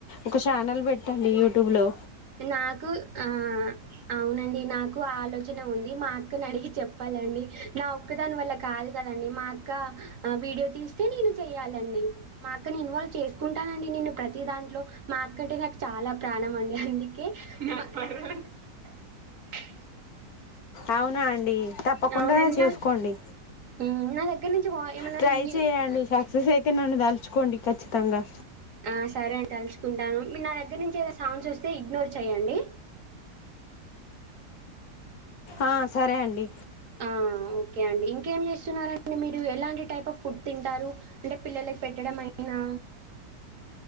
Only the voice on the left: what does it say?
ఒక ఛానల్ పెట్టండి యూట్యూబ్ లో
అవునా అన్ అండి తప్పకుండా
చేసుకోండి
ట్రై
చేయండి అక్ స్ అయితే నన్ను దలుచుకోండి ఖచ్చితంగా
ఆ సరే అండి